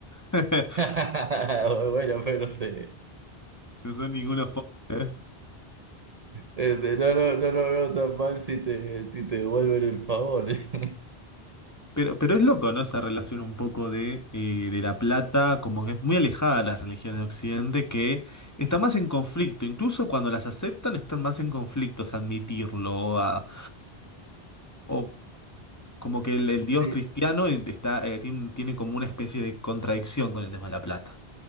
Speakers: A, on the left (about 15°); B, on the right (about 40°).
A: ¿eh?
B: <laughs>
A: <laughs>
B: Bueno, pero te,
A: No son ningunos pobres, ¿eh?
B: este, no, no, no lo veo tan mal si te, si te devuelven el favor. <laughs>
A: Pero, pero es loco, ¿no? Esa relación un poco de, eh, de la plata, como que es muy alejada de las religiones de Occidente, que está más en conflicto. Incluso cuando las aceptan, están más en conflictos, admitirlo o, a- o, Como que el, el
B: Sí,
A: dios cristiano eh, está, eh, tiene, tiene como una especie de contradicción con el tema de la plata.